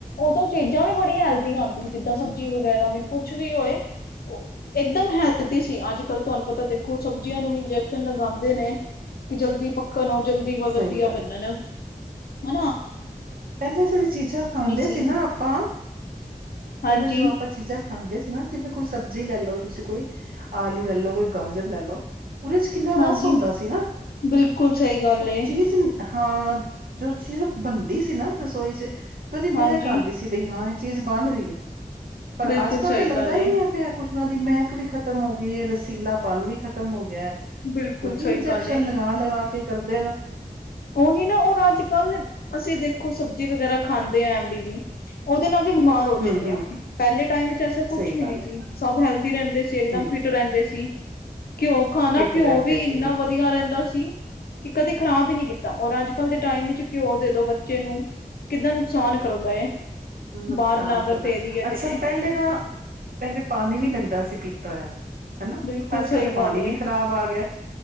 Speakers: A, on the left (about 80°); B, on the right (about 70°).
A: ਓਦੋਂ ਚੀਜਾਂ ਵੀ ਬੜੀਆਂ ਹੈਲਦੀ ਆਂਦੀ ਸੀ, ਜਿੱਦਾਂ ਸਬਜ਼ੀ ਵਗੈਰਾ ਵੀ ਕੋ ਛ ਵੀ ਹੋਏ ਏਕਦਮ ਹੈਲਦੀ ਸੀ, ਅੱਜ-ਕੱਲ ਤੁਆਂਨੂੰ ਪਤਾ ਦੇ ਓ ਸਬਜੀ ਆਂ ਨੂੰ ਵੀ ਇੰਜੈਕਸ਼ਨ ਲਗਾਂਦੇ ਨੇ ਕਿ ਜਲਦੀ ਪੱਕਣ ਔਰ ਜਲਦੀ-
B: ਸਹੀ ਗੱਲ
A: <unintelligible> ਹੈਨਾ
B: ਪੈਲੇ ਜੇੜੀ ਚੀਜਾਂ ਖਾਂਦੇ
A: ਸੀ
B: ਸੀਨਾ, ਆਪਾਂ
A: ਹਾਂਜੀ।
B: ਪੈਲੇ ਜੋ ਆਪਾਂ ਚੀਜਾਂ ਖਾਂਦੇ ਸੀ ਨਾ ਜਿਸ ਤਰਾਂ ਕੋਈ ਸਬਜ਼ੀ ਲੈ ਲਓ ਤੁਸੀਂ ਕੋਈ ਆਲੂ ਲੈ ਲਓ ਕੋਈ ਗਾਜਰ ਲੈ ਲਓ, ਓਦੇ ਚ ਕਿੰਨਾ
A: ਹਾਂਜੀ,
B: ਰਸ ਹੁੰਦਾ ਸੀ ਨਾ,
A: ਬਿਲਕੁਲ ਸਹੀ ਗੱਲ
B: ਓ
A: ਏ
B: ਚੀਜ਼ ਹਾਂ, ਜੋ ਚੀਜ਼ ਬਨਦੀ ਸੀ ਨਾ ਰਸੋਈ ਚ, ਤੇ ਓਦੀ ਮੈਹਕ
A: ਹਾਂਜੀ,
B: ਆਂਦੀ ਸੀ। ਕੀ ਬਈ ਹਾਂ, ਏ ਚੀਜ਼ ਬਨ ਰਹੀ ਐ ਪਰ
A: ਬਿਲਕੁਲ
B: ਅੱਜ-ਕੱਲ
A: ਸਹੀ
B: ਤੇ ਲੱਗਦਾ
A: ਗੱਲ ਏ।
B: ਈ ਨਈਂ ਐ। ਪਿਆ ਕੁਛ ਉਨ੍ਹਾਂ ਦੀ ਮੈਹਕ ਵੀ ਖਤਮ ਹੋ ਗਈਏ, ਰਸੀਲਾਪਨ ਵੀ ਖ਼ਤਮ ਹੋ ਗਯਾ।
A: ਬਿਲਕੁਲ
B: ਕਿਉਂਕਿ
A: ਸਹੀ
B: ਇੰਜੈਕਸ਼ਨ
A: ਗੱਲ ਏ।
B: ਲਗਾ-ਲਗਾ ਕੇ ਕਰਦੇਨ।
A: ਓਹੀ ਨਾ ਓਨ ਅੱਜ-ਕੱਲ ਅਸੀਂ ਦੇ ਖੋ ਸਬਜ਼ੀ ਵਗੈਰਾ ਖਾਂਦੇ ਐ, ਐ ਵਾਲੀ ਵੀ, ਓਦੇ ਨਾਲ ਵੀ ਬਿਮਾਰ ਹੋ
B: ਹਮ
A: ਜਾਨੇ
B: ਹਮ
A: ਆਂ, ਪੈਲੇ ਟਾਈਮ ਈਚ ਐਸਾ
B: ਸਹੀ
A: ਕੁਛ ਵੀ
B: ਗੱਲ
A: ਨੀ ਸੀ
B: ਹੈ
A: ਸਭ ਹੈਲਦੀ ਰੈਂਦੇ ਸੀ। ਏਕਦਮ
B: ਹਮ
A: ਫਿਟ ਰੈਂਦੇ ਸੀ, ਘਿਓ ਖਾਣਾ
B: ਪਿੱਟ
A: ਘਿਓ
B: ਰਹਿੰਦੇ
A: ਵੀ
B: ਸੀ
A: ਇੰਨਾ ਵਦੀ ਦੀਆ ਰੈਂਦਾ ਸੀ, ਕਿ ਕਦੇ ਖਰਾਬ ਈ ਨੀਂ ਕੀ ਔਰ ਅੱਜ-ਕੱਲ ਦੇ ਟਾਈਮ ਚ ਘਿਓ ਦੇਦੋ ਬੱਚੇ ਨੂੰ, ਕਿੱਦਾਂ ਨੁਕਸਾਨ ਕਰਦਾ ਏ।
B: ਨੁਕਸਾਨ
A: ਬਾਹਰ ਲਾਗਰ
B: ਕਰਦਾ
A: ਦੇ ਦੀ ਹੈ
B: ਅੱਛਾ
A: ਤੇ
B: ਪਹਿਲੇ ਤਾਂ ਪਹਿਲੇ ਪਾਨੀ ਵੀ ਲੱਗਦਾ ਸੀ ਪੀਤਾ ਹੋਇਆ ਹਨਾ
A: ਬਿਲਕੁਲ
B: ਅੱਜ
A: ਸਹੀ
B: ਕੱਲ੍ਹ ਤਾਂ ਪਾਣੀ
A: ਗੱਲ ਏ
B: ਵੀ ਖ਼ਰਾਬ ਆ ਗਿਆ